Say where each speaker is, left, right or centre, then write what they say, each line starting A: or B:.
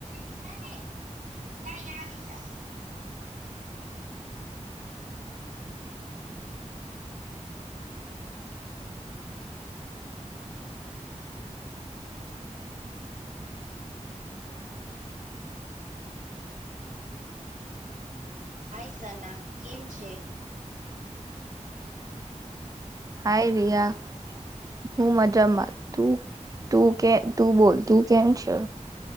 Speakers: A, on the right; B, on the right.
A: જલ્દી, ને અહીંયા આવી જા. હાઈ સના, કેમ છે?
B: હાય રિયા, હું મજામાં. તું, તું કે તું બોલ તું કેમ છે?